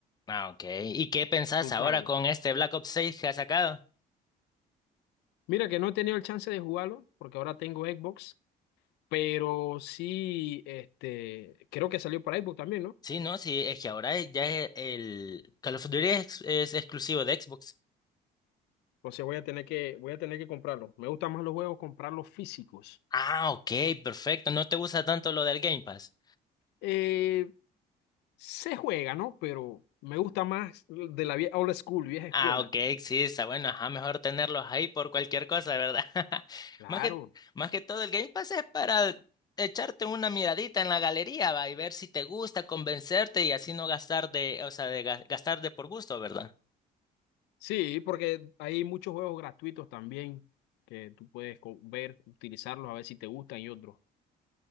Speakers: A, on the left; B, on the left.
A: Ah, ok. ¿Y qué pensás
B: Brutal.
A: ahora con este Black Ops 6 que ha sacado?
B: Mira que no he tenido el chance de jugarlo porque ahora tengo Xbox, pero sí, este, creo que salió para Xbox también, ¿no?
A: Sí, no, sí, es que ahora ya e- el Call of Duty es, es exclusivo de Xbox.
B: Entonces voy a tener que, voy a tener que comprarlo. Me gustan más los juegos comprarlos físicos.
A: Ah, ok, perfecto. No te gusta tanto lo del Game Pass.
B: Eh, Se juega, ¿no? Pero me gusta más de la vie- old school, vieja escuela.
A: Ah, ok, sí, está bueno, ajá, mejor tenerlos ahí por cualquier cosa, ¿verdad? <laughs>
B: Claro.
A: Más que, más que todo, el Game Pass es para echarte una miradita en la galería, va, y ver si te gusta, convencerte y así no gastar de, o sea, de ga- gastar de por gusto, ¿verdad?
B: Sí, porque hay muchos juegos gratuitos también que tú puedes co- ver, utilizarlos, a ver si te gustan y otros.